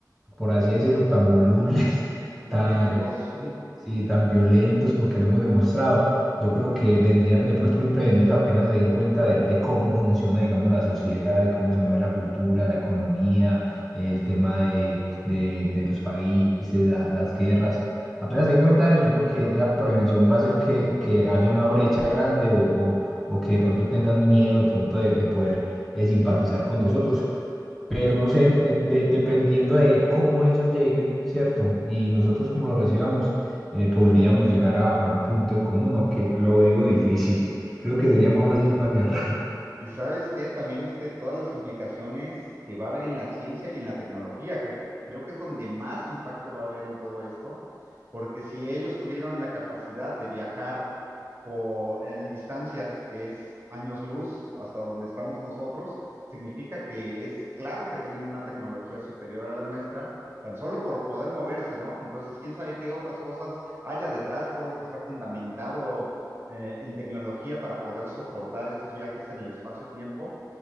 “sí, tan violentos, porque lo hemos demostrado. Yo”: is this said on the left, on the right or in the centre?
Centre